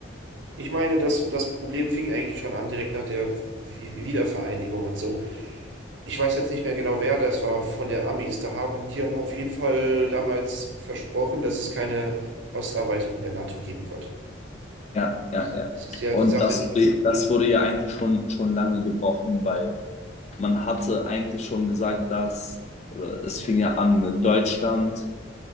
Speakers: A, on the right; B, on the left.
A: ich meine, das, das Problem fing eigentlich schon an, direkt nach der Wi- Wiedervereinigung und so. Ich weiß jetzt nicht mehr genau, wer das war von der Amis. Da haben, die haben auf jeden Fall damals versprochen, dass es keine Osterweiterung der NATO geben wird.
B: Ja, ja,
A: Das,
B: ja.
A: das ist ja
B: Und
A: die Sache,
B: das,
A: die
B: wurde- das wurde ja eigentlich schon, schon lange gebrochen, weil man hatte eigentlich schon gesagt, dass, oder es fing ja an mit Deutschland,